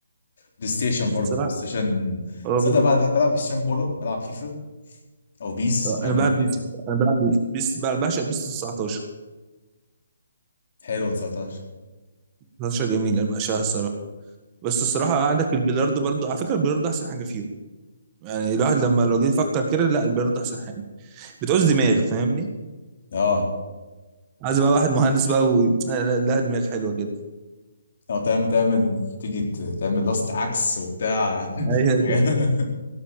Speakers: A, on the left; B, on the right.
A: بلاي ستيشن
B: الصراحه
A: برضه بلاي ستيشن
B: هو
A: تصدق
B: بي-
A: بقى أنا بحب العب بلاي ستيشن كوره بلعب فيفا او بيس
B: آه،
A: حاجه
B: انا
A: من
B: بلعب
A: الاتنين
B: بيس انا بلعب بيس بقى- بعشق بيس 19
A: حلو 19
B: 19 جميل انا بعشقها الصراحه بس الصراحه عندك البلياردو برضو على فكره البلياردو احسن حاجه فيهم يعني الواحد لما لو جه يفكر كده لا البلياردو احسن حاجه بتعوز دماغ فاهمني
A: اه
B: عايز بقى واحد مهندس بقى و... لا لا- لا دماغ حلوه كده
A: او تعمل تعمل تيجي ت- تعمل لاست عكس وبتاع
B: أيوة.
A: <laughs> حاجات-